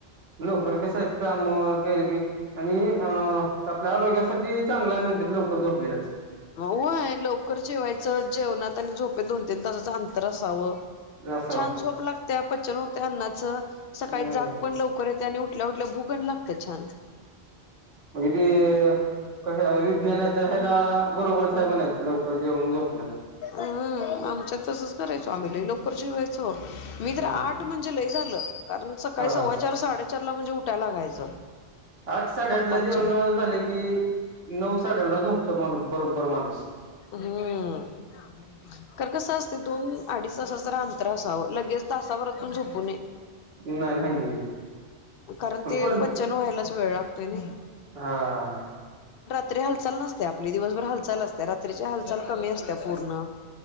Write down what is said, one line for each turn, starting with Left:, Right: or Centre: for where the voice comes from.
Right: लवकर कस काम केले की आणि अ आपल्या आरोग्यासाठी चांगला म्हण <unintelligible> लवकर झोपलेच
Left: होवय लवकर जेवायचं, जेवणात आणि झोपे दोन तीन तासाचं अंतर असावं.
Right: ब <unintelligible>
Left: छान झोप लागत्या पचन होत्या अन्नाचं, सकाळी
Right: हम्म.
Left: जाग पण लवकर येते आणि उठल्या, उठल्या भूगण लाग ग छान झ
Right: म ते कशा <unintelligible> विज्ञानाच्या हआहे. <unintelligible> बरोबरचय म्हणायचं लवकर जेऊन झोपण.
Left: हम आमच्या तसच करायचो, आम्ही लई लवकर जेवायचो. तो मी
Right: हम्म.
Left: तर आठ म्हणजे लय झालं. कारण सकाळी
Right: हा
Left: सव्वा चार साडेचार ला म्हणजे उठायला लागायचं.
Right: आठ, साडे
Left: पप्पांच्या
Right: आठ, ला जेवण झाले की नऊ, साडे <unintelligible> लजो त मणू बरोबर माणूस.
Left: हम्म कारण कसं असते दोन अडीच तासाच अंतर असावं लगेच तासावररतून झोपू नये.
Right: नाही नाही
Left: कारण
Right: पण
Left: ते
Right: कोण
Left: पचन व्हायलाच वेळ लागतोय नाही.
Right: हा.
Left: तरी हाल नसते आपली दिवसभर हाल, असते रात्रीच्या हाल चल कमी असल्या, पूर्ण